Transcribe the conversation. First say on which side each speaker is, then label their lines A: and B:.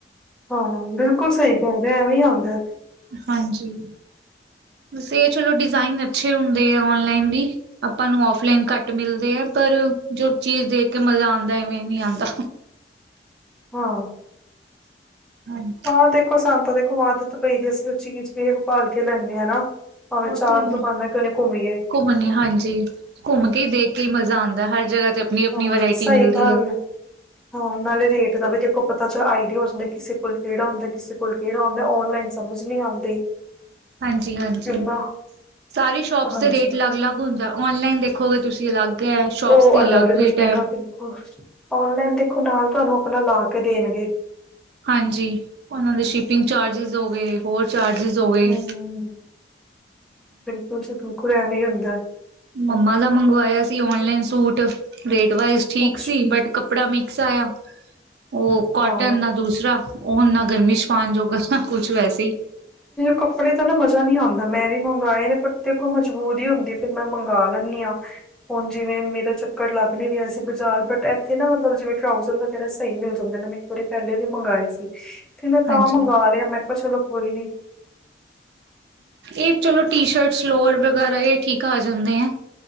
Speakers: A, in the centre; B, on the right.
A: ਹਾਂ ਬਿਲਕੁਲ ਸਹੀ ਕਹਿਦੇ ਐਵੇਂ ਹੀ ਆਉਂਦਾ।
B: ਹਾਂਜੀ, ਬਸ ਇਹ ਚਲੋ ਡਿਜ਼ਾਇਨ ਅੱਛੇ ਹੁੰਦੇ ਆ ਓਨਲਾਈਨ ਵੀ। ਆਪਾਂ ਨੂੰ ਓਫਲਾਈਨ ਘੱਟ ਮਿਲਦੇ ਆ, ਪਰ ਜੋ ਚੀਜ਼ ਦੇਖ ਕੇ ਮਜ਼ਾ ਆਉਂਦਾ ਐਵੇਂ ਨਹੀਂ ਆਉਂਦਾ।
A: ਹਾਂ।
B: ਹਾਂਜੀ।
A: ਹਾਂ ਦੇਖੋ ਸੰਤ ਦੇਖੋ ਆਦਤ ਪਈ ਜ ਅਸੀਂ ਤ ਚੀਜ਼ ਵੇਖ ਪਾਲ ਕੇ ਲੈਂਦੇ ਹਾਂ ਨਾ। ਪਾਵੇ
B: ਉਹ
A: ਚਾਰ
B: ਤੇ
A: ਦੁਕਾਨ
B: ਹੈ
A: ਕਿਉਂ ਨਾ ਘੁੰਮੀ ਏ।
B: ਘੁੰਮਣੀ ਹਾਂਜੀ ਘੁੰਮ ਕੇ ਦੇਖ ਕੇ ਮਜ਼ਾ ਆਂਦਾ ਹਰ ਜਗ੍ਹਾ ਤੇ ਆਪਣੀ-ਆਪਣੀ
A: ਹਾਂ
B: ਵਰਾਇਟੀ
A: ਸਹੀ
B: ਮਿਲਦੀ
A: ਗੱਲ
B: ਐ।
A: ਏ ਨਾਲੇ ਰੇਟ ਦਾ ਵੀ ਦੇਖੋ ਪਤਾ ਚ ਆਈ ਡਿਆ ਹੋ ਜਾਂਦਾ ਕਿਸੇ ਕੋਲ ਕਿਹੜਾ ਹੁੰਦਾ, ਕਿਸੇ ਕੋਲ ਕਿਹੜਾ ਹੁੰਦਾ, ਔਨਲਾਈਨ ਸਮਝ ਨਹੀਂ ਆਉਂਦੀ।
B: ਹਾਂਜੀ-ਹਾਂਜੀ
A: ਕਿੰਨਾ
B: ਸਾਰੀ ਸ਼ੋਪਸ
A: ਹਾਂਜੀ,
B: ਦੇ ਰੇਟ ਅਲੱਗ- ਅਲੱਗ ਹੁੰਦਾ। ਓਨਲਾਈਨ ਦੇਖ ਦੇਖੋਗੇ ਤੁਸੀਂ ਅਲੱਗ ਹੈ, ਸ਼ੋਪਸ
A: ਉਹ
B: ਦੇ ਅਲੱਗ ਰੇਟ
A: ਮਿਲੇਗਾ
B: ਹੈ।
A: ਬਿਲਕੁਲ। ਔਨਲਾਈਨ ਦੇਖੋ ਨਾਲ ਤੁਹਾਨੂੰ ਆਪਣਾ ਲਾ ਕੇ ਦੇਣਗੇ।
B: ਹਾਂਜੀ ਉਹਨਾਂ ਦੇ ਸ਼ਿਪਿੰਗ ਚਾਰਜਿਸ ਹੋ ਗਏ। ਹੋਰ ਚਾਰਜਿਸ ਹੋ ਗਏ।
A: ਹੂੰ, <unintelligible> ਬਿਲਕੁਲ ਐਵੇਂ ਹੀ ਹੁੰਦਾ।
B: ਮੰਮਾ ਦਾ ਮੰਗਵਾਇਆ ਸੀ ਓਨਲਾਈਨ ਸੂਟ ਰੇਟ ਵਜ਼ ਠੀਕ
A: ਅੱਛ
B: ਸੀ ਬਟ ਕਪ ਕੱਪੜਾ ਮਿਕਸ ਆਇਆ ਉਹ ਕੋਟਨ
A: ਹਾਂ,
B: ਨਾ ਦੂਸਰਾ ਉਹ ਨਾ ਗਰਮੀ ਚ ਪਾਾਨ ਜੋਗਾ ਨਾ ਕੁਛ ਵੈਸੇ ਹੀ
A: ਕੱਪੜੇ ਤਾਂ ਨਾ ਮਜ਼ਾ ਨ ਨਹੀਂ ਆਉਂਦਾ ਮੈਂ ਵੀ ਮੰਗਵਾਏ ਨੇ ਪਰ ਦੇਖੋ ਮਜਬੂੂਰ ਹੀ ਹੁੰਦੀ। ਫਿਰ ਮੈਂ ਮੰਗਵਾ ਲੈਂਦੀ ਹਾਂ ਹੁਣ ਜਿਵੇਂ ਮੇਰਾ ਚ ਚਕਰ ਲੱਗ ਨੀ ਰਿਆ ਸੀ ਬਜ਼ਾਰ, ਬਟ ਇੱਥੇ ਨਾ ਮਤਲਬ ਜਿਵੇਂ ਟਰਾਊਜ਼ਰ ਵਗੈਰਾ ਸਹੀ ਮਿਲ ਜਾਂਦੇ ਨੇਂ ਬੜੀ ਪਹਿਲੇ ਵੀ ਮੰਗਵਾਏ ਸੀ, ਮੈਂ ਤਾਂ
B: ਹਾਂਜੀ।
A: ਮੰਗਵਾ ਰਿਹਾ ਮੈਂ ਕਿਹਾ ਚਲੋ ਕੋਈ ਨੀ
B: ਇਹ ਚਲੋ ਟੀ ਸ਼ਰਟਸ ਲੋਰ ਵਗੈਰਾ ਇਹ ਠੀਕ ਆ ਜਾਂਦੇ ਆ।